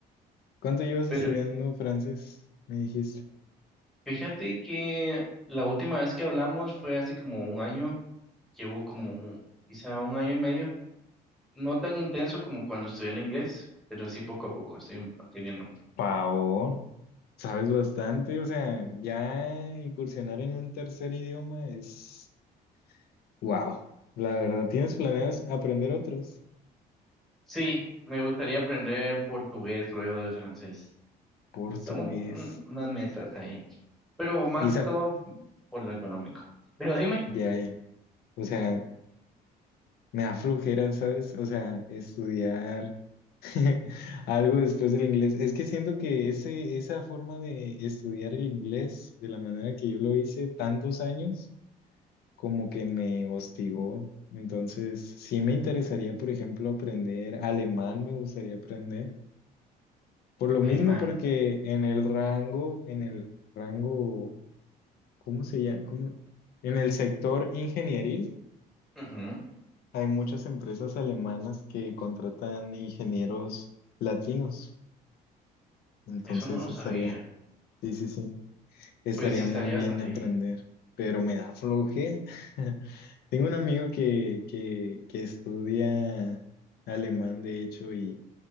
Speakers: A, on the left; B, in the centre.
A: ¿Cuánto llevas
B: Pero
A: estudiando francés? Me dijiste.
B: fíjate que la última vez que hablamos fue hace como un año, llevo como un- quizá un año y medio. No tan intenso como cuando estudié el inglés, pero sí poco a poco estoy aprendiendo.
A: Favor, sabes bastante, o sea, ya incursionar en un tercer idioma es, wow. La verdad, ¿tienes planeas aprender otros?
B: Sí, me gustaría aprender portugués luego de francés.
A: Portugués.
B: Son un po- un- unas metas ahí pero más
A: ¿Y
B: que
A: sa-
B: todo por lo económico. Pero dime,
A: Ya, ya. O sea, me da flojera, ¿sabes? O sea, estudiar <laughs> algo después del inglés. Es que siento que ese, esa forma de estudiar el inglés de la manera que yo lo hice tantos años, como que me hostigó. Entonces, sí me interesaría, por ejemplo, aprender alemán, me gustaría aprender. Por lo
B: alemán.
A: mismo, porque en el rango, en el rango, ¿cómo se llama? ¿Cómo? En el sector ingenieril.
B: Ujú,
A: Hay muchas empresas alemanas que contratan ingenieros latinos, entonces
B: Eso no lo sabía.
A: estaría, sí, sí, sí, estaría
B: Pues estaría
A: muy bien
B: bastante
A: aprender,
B: bien.
A: pero me da flojera. <laughs> Tengo un amigo que, que, que estudia alemán, de hecho, y